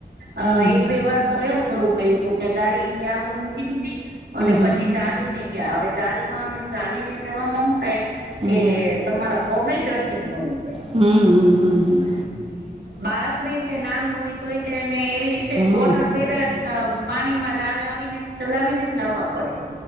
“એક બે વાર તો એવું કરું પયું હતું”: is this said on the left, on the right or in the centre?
Right